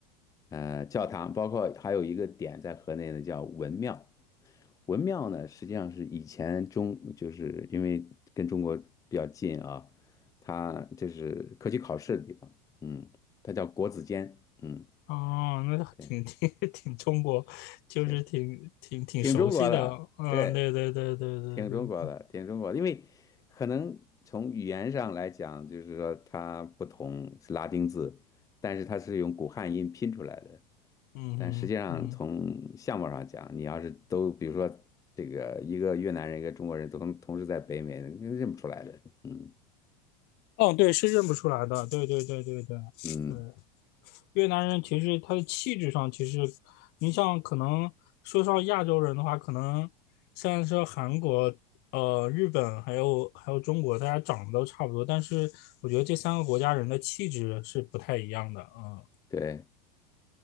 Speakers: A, on the left; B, on the left.
A: 呃，教堂，包括还有一个点在河内呢，叫文庙。文庙呢，实际上是以前中，就是因为跟中国比较近啊，它就是科举考试的地方，嗯，它叫国子监，嗯，
B: 哦，那还挺挺
A: 对，
B: <laughs> 挺中国，就是挺挺挺熟悉的，
A: 这挺中国的，
B: 嗯，
A: 对，
B: 对对对对对对，
A: 挺中国的，挺中国的，因为可能从语言上来讲，就是说它不同是拉丁字，但是它是用古汉音拼出来的。
B: 嗯哼嗯，
A: 但实际上从相貌上讲，你要是都比如说这个一个越南人一个中国人都同同时在北美，你认不出来的。嗯
B: 哦，对，是认不出来的，对对对对对对。
A: 嗯，
B: 越南人其实他的气质上，其实你像可能说上亚洲人的话，可能虽然说韩国、呃日本还有还有中国，大家长得都差不多，但是我觉得这三个国家人的气质是不太一样的，嗯。
A: 对，